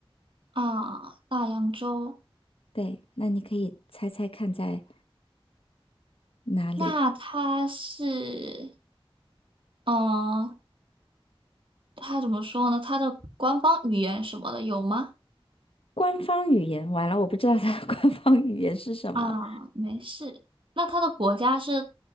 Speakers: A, on the right; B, on the left.
A: 啊，大洋洲。
B: 对，那你可以猜猜看在哪里？
A: 那它是，嗯、它怎么说呢？它的官方语言什么的有吗？
B: 官方语言，完了，我不知道它的 <laughs> 官方语言是什么。
A: 啊，没事。那它的国家是